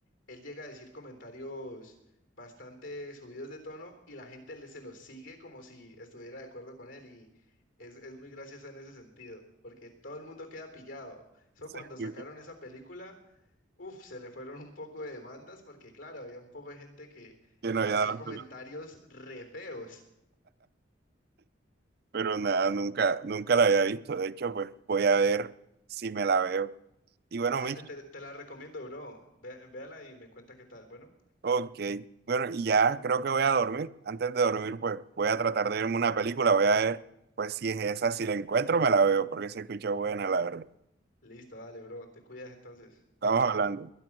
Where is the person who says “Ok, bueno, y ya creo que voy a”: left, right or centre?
Right